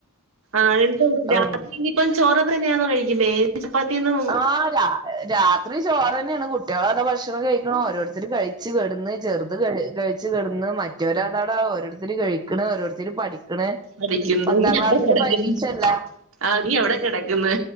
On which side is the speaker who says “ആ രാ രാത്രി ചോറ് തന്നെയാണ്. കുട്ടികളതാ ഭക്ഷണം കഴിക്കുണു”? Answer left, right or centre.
Right